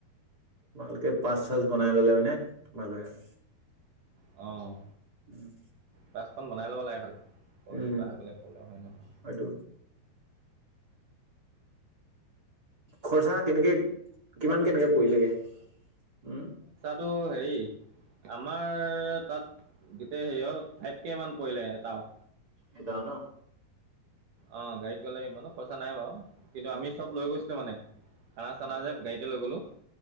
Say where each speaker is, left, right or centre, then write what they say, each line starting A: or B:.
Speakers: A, on the right (about 25°); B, on the right (about 55°).
A: ভালকে পাঁচ চাচ বনাই ললে মানে তোমালৈ আও
B: অ,
A: উম
B: কাছখন বনাই ল'ব লাগে খালি, তলত
A: উম,
B: কিবা হৈ গ'লে প্ৰব্লেম হয় নহয়।
A: হয়টো খৰচা কেনেকে কিমান কেনেকে পৰিলেগে উম
B: টো হেৰি আমাৰ তাত গোটেই হেৰিয়াত ফাইভ কে মান পৰিলে এটাও
A: এইটোও ন
B: অ গাড়ীত গ'লে ইমানো খৰচা নাই বাৰু কিন্তু
A: নাই
B: আমি
A: নাই
B: চব লৈ গৈছিলো মানে খানা
A: হয়
B: চানা যে গাড়ীতে লৈ গলো